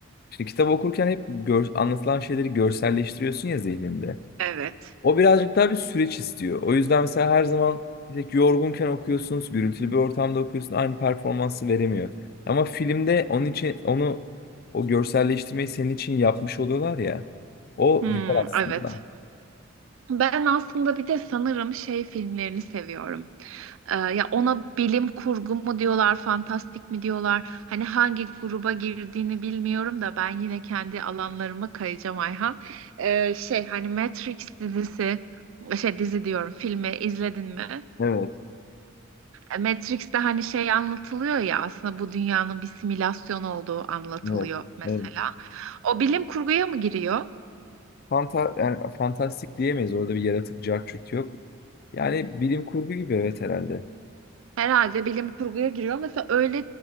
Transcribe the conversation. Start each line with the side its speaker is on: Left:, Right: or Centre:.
Left: şimdi kitap okurken hep gör- anlatılan şeyleri görselleştiriyorsun ya zihninde.
Right: Evet.
Left: O birazcık daha bir süreç istiyor. O yüzden mesela her zaman tek yorgunken okuyorsunuz, gürültülü bir ortamda okuyorsun, aynı performansı veremiyor. Ama filmde onun için onu o görselleştirmeyi senin için yapmış oluyorlar ya. O
Right: Hmm,
Left: güzel aslında.
Right: evet. Ben aslında bir de sanırım şey filmlerini seviyorum. Ee, ya ona bilim kurgu mu diyorlar, fantastik mi diyorlar? Hani hangi gruba girdiğini bilmiyorum da ben yine kendi alanlarıma kayacağım Ayhan. Ee, şey hani Matrix dizisi, şey dizi diyorum, filmi izledin mi?
Left: Evet,
Right: E, Matrix'te hani şey anlatılıyor ya aslında bu dünyanın bir simülasyon olduğu anlatılıyor
Left: evet,
Right: mesela.
Left: evet.
Right: O bilim kurguya mı giriyor?
Left: Fanta yani fantastik diyemeyiz. Orada bir yaratık cart yok. Yani bilim kurgu gibi evet herhalde.
Right: Herhalde bilim kurguya giriyor. Mesela öyle